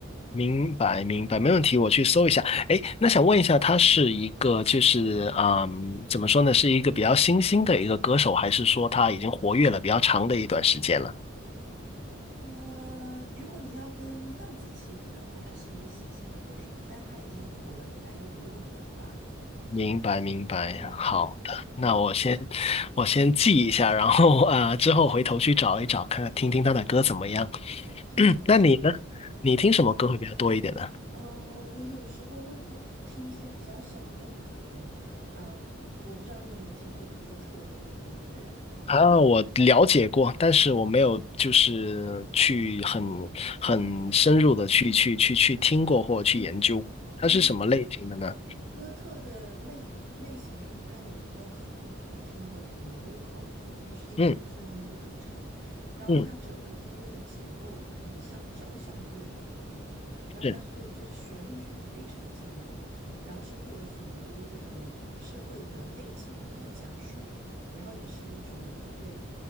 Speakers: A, on the left (about 30°); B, on the right (about 55°).
A: 明白，明白，没问题，我去搜一下。哎，那想问一下，他是一个就是嗯，怎么说呢，是一个比较新兴的一个歌手，还是说他已经活跃了比较长的一段时间了？
B: 呃，如果你要跟邓紫棋比的话，他是一个新兴的歌手，但他已经火了应该有五六年了吧？
A: 明白，明白，
B: 嗯，
A: 好的，那我先
B: 对，
A: 我先记一下，然后啊、呃之后回头去找一找，看看听听他的歌怎么样。
B: 是的，
A: <clears throat> 那你呢？
B: 是的。
A: 你听什么歌会比较多一点呢？
B: 嗯，嗯，我有时候会会听一些比较小众的歌，嗯，我不知道你有没有听过哥特类的音乐。
A: 啊，我了解过，但是我没有就是去很很深入的去去去去听过或去研究，
B: 嗯，
A: 它是什么类型的呢？
B: 嗯，哥特的类别类型就是它有一个很好听的女 vocal，就是一般都是女主唱，
A: 嗯
B: 然后它整个音乐的结构很像交响乐，
A: 嗯，
B: 嗯，然后它是就是旋律性非常强的，
A: 是
B: 然后是会有很多这种社会的背景的讲述，然后也是一种就是对